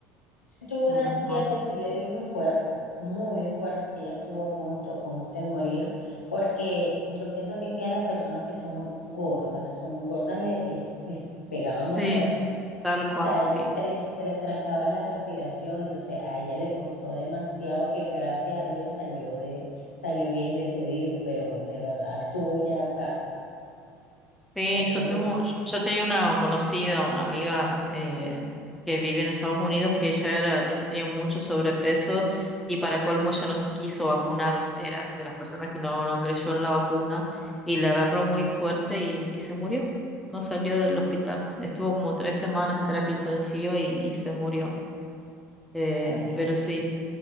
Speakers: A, on the left; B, in the centre.
A: Yo tuve
B: menos
A: una
B: mal.
A: tía que sí le dio muy fuerte, muy fuerte, y ella estuvo a punto, a punto de morir, porque yo pienso que es que a las personas que son gordas, son muy gordas, le- les, les pegaba
B: Sí,
A: más fuerte.
B: tal
A: O
B: cual,
A: sea, a ellos
B: sí.
A: se les, se les trancaba la respiración, entonces a ella le costó demasiado que gracias a Dios salió de, salió bien de ese virus, pero de verdad estuvo ya casi.
B: Sí,
A: Por eso,
B: yo tengo,
A: que-
B: yo tenía una conocida, una amiga eh, que vivía en Estados Unidos, que ella era, ella tenía mucho sobrepeso y para colmo ella no se quiso vacunar, era de las personas que no, no creyó en la vacuna y le agarró muy fuerte y, y se murió, no salió del hospital, estuvo como tres semanas en terapia intensiva y, y se murió, eh,
A: ay, que...
B: pero sí,